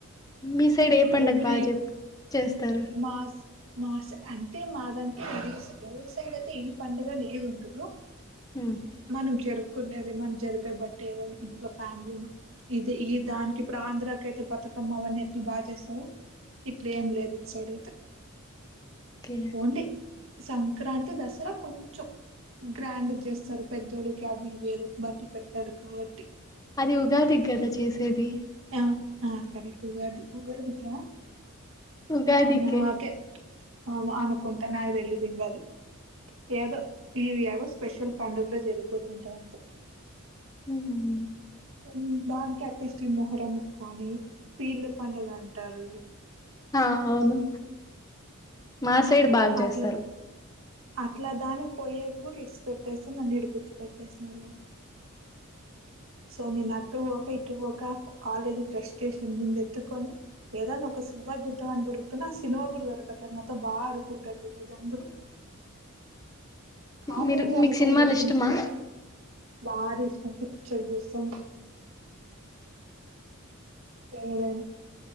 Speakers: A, on the left (about 15°); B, on the right (about 65°).
A: మీ సైడ్ ఏ పండగ
B: ఎవ్రీ
A: బాగా చె చేస్తారు
B: మాస్ మాస్ అంటే మాదంటే ఏ ఊరు సైడ్ అయితే ఈ పండుగ లేది ఉండదు
A: మ్మ్.
B: మనం జరుపుకునేది మనం జరిపే బట్టి ఏదోని ఇంట్లో ఫ్యామిలీ ఇది ఈ దానికి ఇప్పుడు ఆంధ్రాకయితే బతుకమ్మ అవన్నీ ఎట్లా బాగా చేస్త రు ఇట్ల ఏమి లేదు ఇట్ సైడ్ అయితే
A: ఓకే
B: ఓన్లీ సంక్రాంతి దసరా కొంచం గ్రాండ్ చేస్తారు పెద్దోళ్ళకి అవివీ ఏదో బట్లు పెడ్తారు కాబట్టి
A: అది ఉగాది కదా చేసేది
B: ఆ ఆ కరెక్ట్ ఉగాది ఉగాది <unintelligible>
A: ఉగాదికే
B: అవునా ఓకే అవును అనకుంటా నాది తెల్వదిగా అది ఏదో ఈ ఇవి ఏవో స్పెషల్ పండుగలో జరిగిపోతుంటాయి అంతే
A: ఉమ్ హు
B: ఉమ్ దానికి అట్లీస్ట్ మొహరం కానీ పీర్ల పండుగ అంటారు
A: ఆ అవును మా సైడ్ బాగ చేస్తారు
B: అట్లా అట్లా దానికి పోయేకి కూడా ఇడిచిపెట్టేసి నన్నిడ కూర్చు పెెట్టేసన్నారు వాళ్ళు సో నేను అటు పోక ఇటు పోక కాలేజీ ఫ్రస్ట్రేషన్ మీద ఎత్తుకొని ఏదన్నా ఒక సినిమా చూదాం అని బుడుగుతున్నా ఆ సినిమా కూడా దొరకట్లేదు నాతో బాగా అడుకుంటుది ఈ రోజు అందరూ కానీ
A: మీరు
B: అనుకోనీ
A: మీకు సినిమాలు
B: కూర్చున్న
A: ఇష్టమా
B: బా తీస్ ఉ పిక్చర్ చూస్తాం లేవేమో